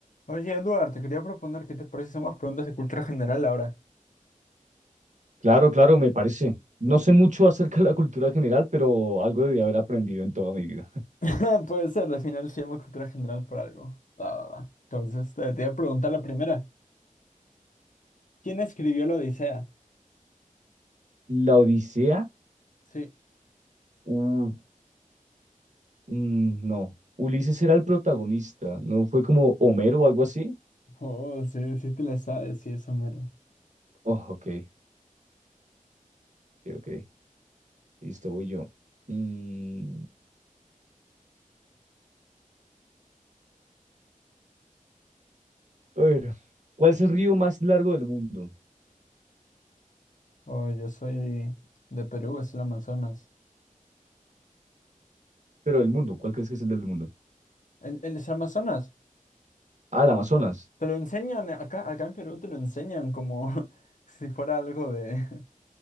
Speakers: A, on the left; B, on the right.
A: Oye, Eduardo, te quería proponer que te parece si hacemos preguntas de cultura general ahora.
B: Claro, claro, me parece. No sé mucho <laughs> acerca de la cultura general, pero algo debí haber aprendido en toda mi vida.
A: <laughs> Puede ser, al final se llama cultura general por algo. Va, va, va. Entonces, te, te voy a preguntar la primera. ¿Quién escribió la Odisea?
B: La Odisea,
A: Sí.
B: uh, mm, no. Ulises era el protagonista, ¿no? Fue como Homero o algo así.
A: Oh, sí, sí te la sabes, sí, eso mero.
B: Oh, ok, ok, ok. Listo, voy yo. Mm, a ver, ¿cuál es el río más largo del mundo?
A: Oh, yo soy de Perú, es el Amazonas.
B: Pero del mundo, ¿cuál crees que es el del mundo?
A: ¿El, el es Amazonas?
B: Ah, el Amazonas.
A: Te lo enseñan, eh, acá, acá en Perú te lo enseñan como <laughs> si fuera algo de,